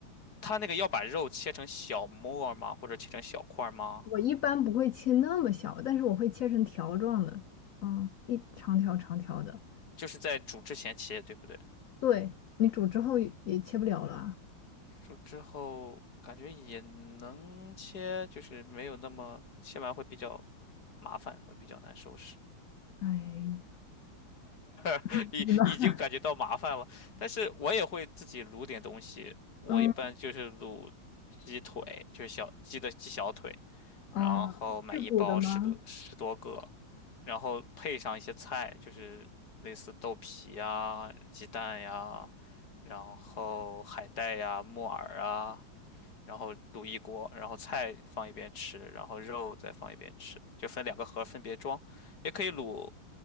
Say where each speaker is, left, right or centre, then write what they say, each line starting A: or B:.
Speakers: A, on the left (about 50°); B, on the left (about 70°).
A: 他那个要把肉切成小末儿吗？或者切成小块儿吗？
B: 我一般不会切那么小，但是我会切成条状的，嗯，一长条长条的。
A: 就是在煮之前切，对不对？
B: 对，你煮之后也也切不了了啊。
A: 煮之后感觉也能切，就是没有那么切完会比较麻烦，会比较难收拾。
B: 哎
A: <laughs>
B: <laughs>，
A: 已已经感觉到麻烦了，
B: 不知道。<laughs>
A: 但是我也会自己卤点东西。我一般就是卤鸡腿，
B: 嗯
A: 就是小鸡的鸡小腿，
B: 啊，
A: 然后买一包十多十多个，
B: 是骨的吗？
A: 然后配上一些菜，就是类似豆皮呀、鸡蛋呀，然后海带呀、木耳啊，然后卤一锅，然后菜放一边吃，然后肉再放一边吃，就分两个盒儿分别装，也可以卤